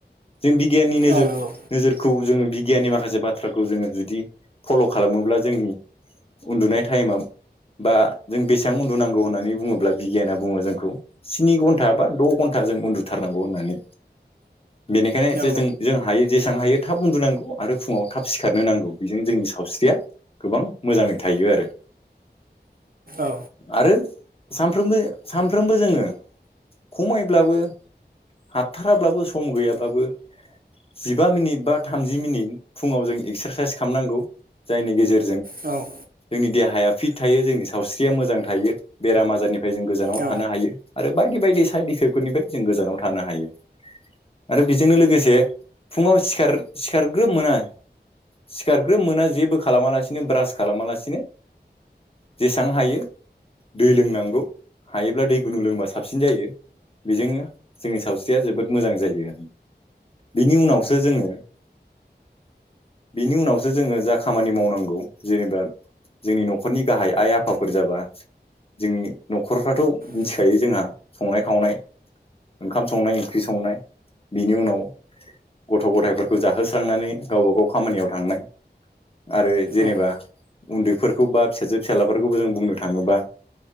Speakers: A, on the left; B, on the right.
A: जों बिगियाननि नोजोर
B: औ नंगौ
A: नोजोरखौ जोङो बिगियाननि माखासे बाथ्राखौ जोङो जुदि फल' खा खालामोब्ला जोंनि उन्दुनाय टाइमा बा जों बेसां उन्दुनांगौ होन्नानै बुङोब्ला बिगियाना बुङो जोंखौ स्नि घन्टा बा द' घन्टा। जों उन्दुथारनांगौ होन्नानै बिनिखायनो जो-जों
B: औ
A: हायो जे बेसेबां हायो थाब उन्दुनांगौ आरो फुङाव थाब सिखारनो नांगौ बेजों जोंनि सावस्रिया गोबां मोजाङै थायो आरो
B: औ
A: आरो सानफ्रोमबो सानफ्रोमबो जोङो खमायब्लाबो हाथथाराब्लाबो सम गैयाब्लाबो जिबा मिनिट बा थामजि मिनिट फुङाव जों एक्सारसाइस खालामनांगौ जायनि गेजेरजों
B: औ
A: जोंनि देहाया फिट थायो जोंनि सावस्रिया मोजां थायो बेराम आजारनिफ्राय जों गोजानाव
B: औ
A: थानो हायो आरो बाइक ब बायदि साइड इफेक्टफोरनिफ्राय जों गोजानाव थानो हायो आरो बेजोंनो लोगोसे फुङाव सिखार सिखारग्रोमोना आं सिखारग्रो मोना जेबो खालामालासिनो ब्रास खालामालासिनो जेसेबां हायो दै लोंनांगौ हायोब्ला दै गुनु लोंबा साबसिन जायो बेजोंनो जोंनि सावस्रिया जोबोद मोजां जायो बिनि उनावसो जोङो बिनि उनावसो जोङो जा खामानि मावनांगौ जेनेबा जोंनि न'खरनि गाहाय आइ आफाफोर जाबा जोंनि न'खरफ्राथ' मिथिखायो
B: औ
A: जोंहा संनाय खावनाय ओंखाम संनाय ओंख्रि संनाय बेनि उनाव गथ' गथायफोरखौ जाहोस्रांनानै गावबा गाव खामानियाव थांनाय। आरो जेनेबा
B: औ
A: उन्दैफोरखौ बा फिसाजो फिसालाफोरखौबो जों बुंनो थांङोबा